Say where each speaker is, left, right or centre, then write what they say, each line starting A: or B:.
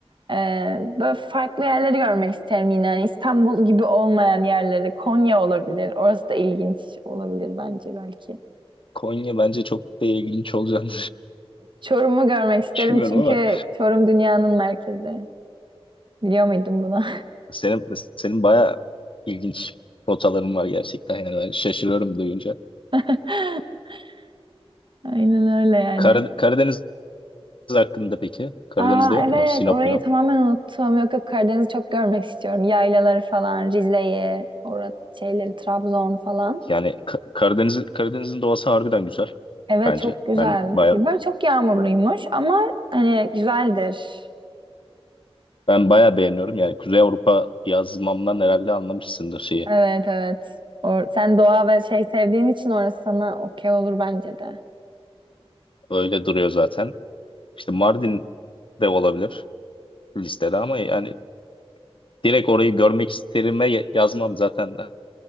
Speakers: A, on the right; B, on the left.
A: Ee, böyle farklı yerleri görmek isterim yine. Hani İstanbul gibi olmayan yerleri. Konya olabilir. Orası da ilginç olabilir bence belki.
B: Konya bence çok da ilginç olacağını
A: Çorum'u görmek isterim
B: <laughs> düşünmüyorum
A: çünkü
B: ama
A: Çorum dünyanın merkezi. Biliyor muydun bunu?
B: senin senin bayağı ilginç rotaların var gerçekten yani ben şaşırıyorum duyunca.
A: <laughs> Aynen öyle yani.
B: Kar- Karadeniz hakkında peki? Karadeniz'de
A: Aa
B: yok
A: evet
B: mu? Sinop,
A: orayı
B: Minop.
A: tamamen unuttum. Yok yok Karadeniz'i çok görmek istiyorum. Yaylaları falan, Rize'yi, orada şeyleri, Trabzon falan.
B: Yani Ka- Karadeniz Karadeniz'in doğası harbiden güzel
A: Evet
B: bence.
A: çok güzel.
B: Ben bayağı
A: Böyle çok yağmurluymuş ama hani güzeldir.
B: ben bayağı beğeniyorum. Yani Kuzey Avrupa yazmamdan herhalde anlamışsındır şeyi.
A: Evet evet. Or sen doğa ve şey sevdiğin için orası sana okey olur bence de.
B: Öyle duruyor zaten. İşte Mardin de olabilir listede ama yani direkt orayı görmek isterime yazmam zaten